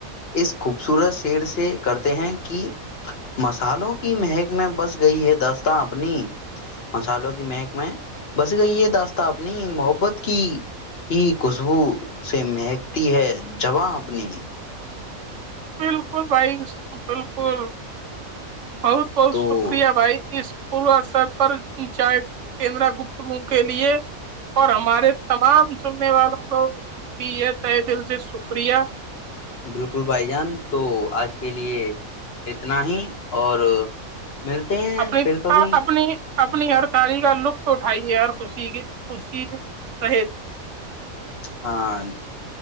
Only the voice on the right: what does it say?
بالکل بھائی بالکل بہت بہت
شکریہ بھائی اس پوروتر پر چائے کیندرا گپتگ کے لیے اور ہمارے تمام سننے والوں کو بھی یہ تے دل سے شکریہ
اپنی
اپنی اپنی ہر تاری کا لطف اٹھائیے ہر خوشی کے خوشی رہے